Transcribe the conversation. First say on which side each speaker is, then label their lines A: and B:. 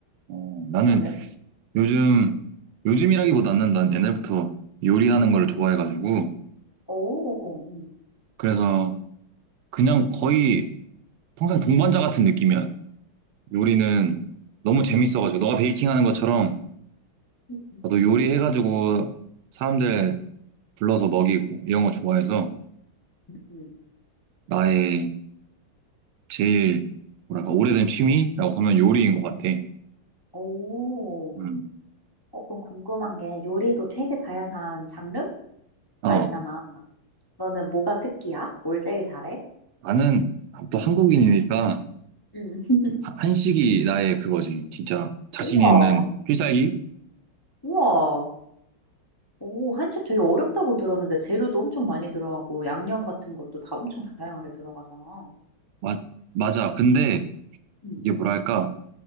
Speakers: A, on the right; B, on the left.
A: 어, 나는
B: 너는?
A: 요즘, 요즘이라기보다는 난 옛날부터 요리하는 걸 좋아해가지고,
B: 오, 음,
A: 그래서 그냥 거의 평생 동반자 같은 느낌이야. 요리는 너무 재밌어가지고,
B: 음,
A: 너가 베이킹하는 것처럼
B: 음, 음,
A: 나도 요리해가지고 사람들 불러서 먹이고 이런 거 좋아해서
B: 음.
A: 나의 제일 뭐랄까 오래된 취미라고 하면 요리인 것 같아.
B: 오.
A: 음.
B: 어, 그럼 궁금한 게 요리도 되게 다양한 장르가
A: 어,
B: 있잖아. 너는 뭐가 특기야? 뭘 제일 잘해?
A: 나는 또 한국인이니까
B: 음. <laughs>
A: 하- 한식이 나의 그거지. 진짜 자신
B: 우와,
A: 있는 필살기?
B: 우와. 오, 한식 되게 어렵다고 들었는데 재료도 엄청 많이 들어가고 양념 같은 것도 다 엄청 다양하게 들어가잖아.
A: 맞- 맞아. 근데
B: 응,
A: 이게 뭐랄까,